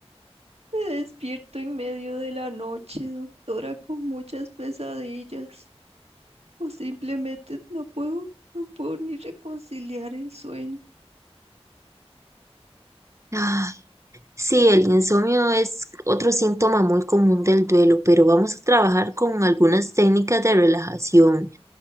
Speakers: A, on the right (about 70°); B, on the right (about 25°).
A: Me despierto en medio de la noche, doctora, con muchas pesadillas. O simplemente no puedo, no puedo ni reconciliar el sueño.
B: Ah, sí, el insomnio es otro síntoma muy común del duelo, pero vamos a trabajar con algunas técnicas de relajación